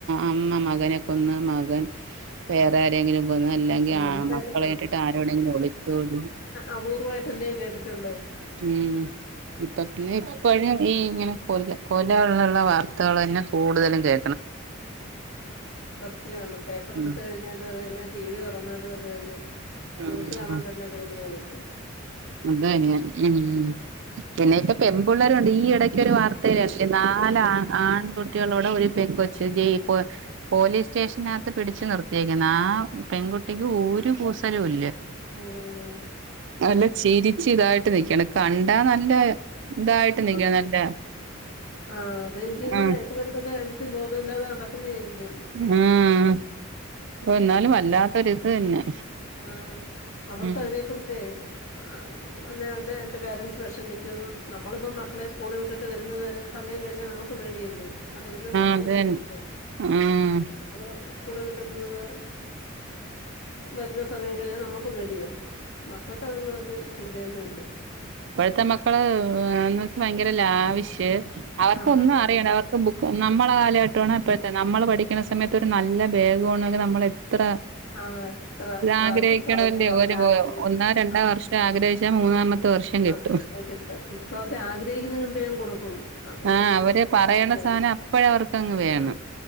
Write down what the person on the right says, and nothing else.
അമ്മ മകനെ കൊന്ന് മകൻ വേറെ ആരെങ്കിലും ന്ന് അല്ലെങ്കി
ആൺ മക്കളെ ഇട്ടിട്ട് ആരോടെങ്കിലു ഒളിചോടി
ഉം ഇപ്പ പിന്നെ ഇപ്പഴും ഈ ഇങ്ങനെ കൊല കൊലള്ളള്ള വാർത്തെളന്നെ കൂടുതലും കേ
ഉം.
ഉം.
അതന്നെ ഉം പിന്നെ ഇപ്പ പെമ്പുള്ളെരുംണ്ട് ഈ എടക്കൊരു വാർത്തയില് കണ്ടില്ലേ നാല് ആ ആൺകുട്ടികളോട ഒരു പെങ്കൊച് ജഴിപ്പോ പോലീസ് സ്റ്റേഷനകത്ത് പിടിച്ചു നിർത്തിയേക്കുന്ന് ആ പെൺകുട്ടിക്ക് ഒരു കൂസലു ഇല്ല
നല്ല ചിരിച്ച് ഇതായിട്ട് നിക്ക്ണ് കണ്ടാ നല്ല ഇതായിട്ട് നിക്കണം
നല്ല
ആഹ്
ഉം ന്നാലും വല്ലാത്തൊരി ഇത് തന്നെ
ഉം
ആഹ് അത്
തന്നെ ആഹ്
ഇപ്പഴത്തെ മക്കള് <unintelligible> ഭയങ്കര ലാവിഷ് അവർക്ക്
ഒന്നു
അറിയണ്ട അവർക്ക് ബുക്ക് നമ്മ കാലഘട്ടാണ് അപ്പഴത്തെ നമ്മള് പഠിക്ക്ണ സമയത്ത് ഒരു നല്ല ബെഗ് വാണെങ്കി നമ്മള് എത്ര
ആഗ്രഹിക്ക്ണോന്റെ
ഒര്
ഒന്നാ രണ്ടാ വർഷം ആഗ്രഹിച്ചാ മൂന്നാമത്തെ വർഷം, കിട്ടും
ആ
അവര്
പറയണ
സാനം അപ്പഴ അവർക്കങ്ങ് വേണം,